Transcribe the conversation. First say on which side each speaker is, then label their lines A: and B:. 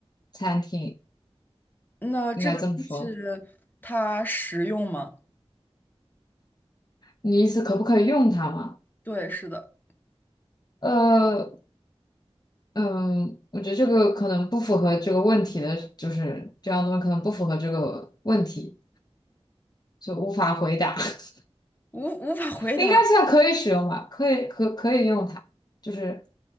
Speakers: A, on the left; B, on the left.
A: 餐厅，
B: 那这个东西
A: 应该这么说。
B: 它实用吗？
A: 你意思可不可以用它吗？
B: 对，是的，
A: 呃，嗯，我觉得这个可能不符合这个问题的，就是这样东西可能不符合这个问题，就无法回答。<laughs>
B: 无无法回答。
A: 应该算可以使用吧，可以可可以用它，就是